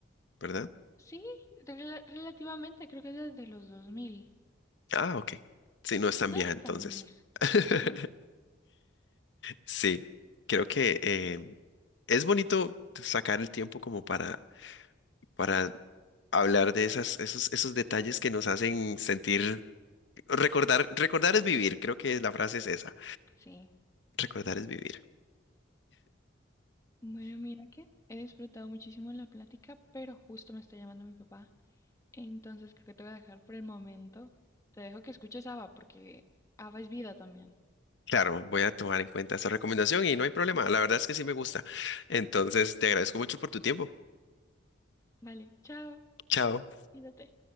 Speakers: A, on the left (about 65°); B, on the left (about 15°).
A: ¿verdad?
B: Sí, rela- relativamente, creo que es desde los dos mil
A: Ah, ok. Sí, no es tan
B: No
A: vieja
B: es
A: entonces.
B: tan vieja.
A: <laughs>
B: No.
A: Sí, creo que eh, es bonito sacar el tiempo como para, para hablar de esas, esos, esos detalles que nos hacen sentir, recordar, recordar es vivir, creo que la frase es esa,
B: Sí.
A: recordar es vivir.
B: Bueno, mira que he disfrutado muchísimo la plática, pero justo me está llamando mi papá. Entonces creo que te voy a dejar por el momento. Te dejo que escuches ABBA porque ABBA es vida también.
A: Claro, voy a tomar en cuenta esa recomendación y no hay problema, la verdad es que sí me gusta. Entonces, te agradezco mucho por tu tiempo.
B: Vale, chao.
A: Chao.
B: Cuídate.